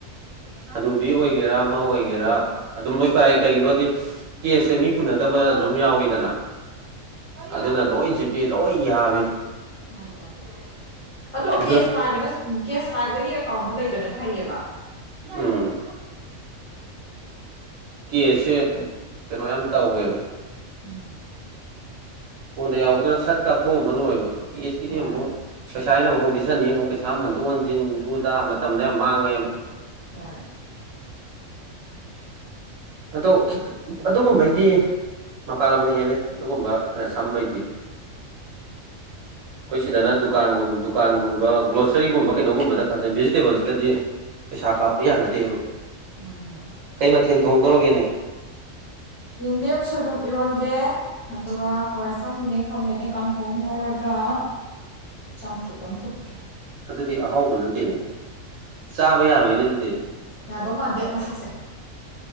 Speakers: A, on the right; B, on the left.
A: ꯑꯅꯨꯕꯤ ꯑꯣꯏꯒꯦꯔꯥ ꯑꯃ ꯑꯣꯏꯒꯦꯔꯥ ꯑꯗꯨꯝ ꯂꯣꯏ ꯄꯥꯏ ꯀꯩꯒꯤꯅꯣꯗꯤ ꯀꯦꯁꯁꯦ ꯃꯤ ꯄꯨꯟꯅꯗꯕ ꯑꯗꯨꯝ ꯌꯥꯎꯋꯤꯗꯅ ꯑꯗꯨꯅ ꯂꯣꯏ ꯖꯤꯄꯦ ꯂꯣꯏ ꯌꯥꯕꯤꯅꯤ
B: ꯎꯝ ꯎꯝ ꯑꯗꯣ
A: ꯑꯗꯨꯅ
B: ꯀꯦꯁ ꯄꯥꯏꯕꯅ ꯀꯦꯁ ꯄꯥꯏꯕꯗꯒꯤ ꯑꯦꯀꯥꯎꯟꯗ ꯂꯩꯕꯅꯦ ꯐꯩꯌꯦꯕꯥ
A: ꯎꯝ ꯀꯦꯁꯁꯦ ꯀꯩꯅꯣ ꯌꯥꯝ ꯇꯧꯋꯦꯕ
B: ꯎꯝ
A: ꯐꯣꯟꯗ ꯌꯥꯎꯕꯗꯨꯅ ꯁꯠ ꯀꯥꯞꯊꯣꯛꯑꯝꯃ ꯂꯣꯏꯕ ꯀꯦꯁꯀꯤꯗꯤ
B: ꯍꯣꯏ
A: ꯑꯃꯨꯛ ꯄꯩꯁ ꯑꯩꯅꯥ ꯃꯄꯨꯝ ꯄꯤꯁꯟꯅꯤ ꯑꯃꯨꯛ ꯄꯩꯁꯥ ꯑꯃꯨꯛ ꯍꯟꯇꯣꯛ ꯍꯟꯖꯤꯟꯗꯨꯗ ꯃꯇꯝꯗꯣ ꯌꯥꯝ ꯃꯥꯡꯉꯦꯕ
B: ꯍꯣꯏ
A: ꯑꯗꯣ ꯈꯤ ꯑꯗꯨꯒꯨꯝꯕꯩꯗꯤ ꯃꯄꯥꯟ ꯂꯝꯅ ꯍꯦꯜꯂꯦ ꯑꯗꯨꯒꯨꯝꯕ ꯈꯔ ꯁꯝꯕꯩꯗꯤ ꯑꯩꯈꯣꯏ ꯁꯤꯗꯅ ꯗꯨꯀꯥꯟꯒꯨꯝ ꯗꯨꯀꯥꯟꯒꯨꯝꯕ ꯒ꯭ꯔꯣꯁꯔꯤꯒꯨꯝꯕ ꯀꯩꯅꯣꯒꯨꯝꯕꯗ ꯈꯛꯇ ꯚꯦꯖꯤꯇꯦꯕꯜꯁꯤꯗꯗꯤ ꯄꯩꯁꯥ ꯀꯥꯞꯄ ꯌꯥꯅꯗꯦꯕ
B: ꯎꯝ
A: ꯀꯩ ꯃꯊꯦꯜ ꯊꯣꯡꯗꯣꯔꯒꯦꯅꯦ
B: ꯌꯦꯟꯗꯦꯝ ꯁꯣꯏꯕꯨꯝ ꯏꯔꯣꯟꯒꯦ ꯑꯗꯨꯒ ꯍꯋꯥꯏ ꯑꯁꯥꯡꯕꯤꯅꯦ ꯈꯃꯦꯟꯅꯦ ꯀꯥꯡꯍꯧ ꯑꯃ ꯉꯧꯔꯒꯥ ꯆꯝꯐꯨꯠ ꯑꯝꯐꯨꯠꯀꯦ
A: ꯑꯗꯨꯗꯤ ꯑꯍꯥꯎꯕ ꯅꯠꯇꯦꯅꯦ ꯆꯥꯕ ꯌꯥꯔꯣꯏꯅꯦ ꯑꯗꯨꯗꯤ
B: ꯌꯥꯗꯣ ꯃꯥꯥꯟꯗꯦ ꯉꯁꯤꯁꯦ